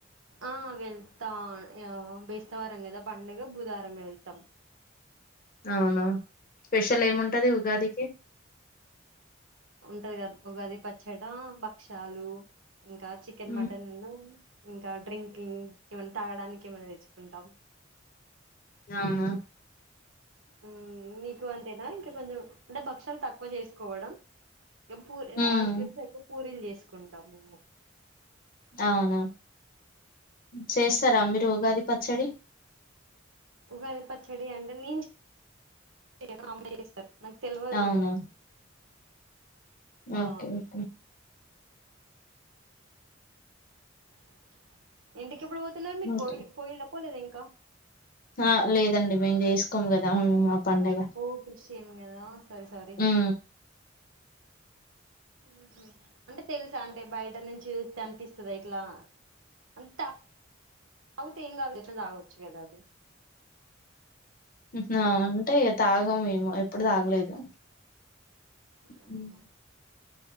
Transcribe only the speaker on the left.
అవునా స్పెషల్ ఏముంటది ఉగాదికి.
ఉమ్
అవునా.
ఉమ్
అవునా. చేస్తారా మీరు ఉగాది పచ్చడి.
అవునా ఓకే
ఓకే.
ఓకే
ఆ లేదండి మేము చేసుకోము కదా. పండగ
ఉమ్
హూ మ్మ్ అంటే ఇగ తాగేమోమో ఎప్పుడు తాగలేదు
హ్మ్.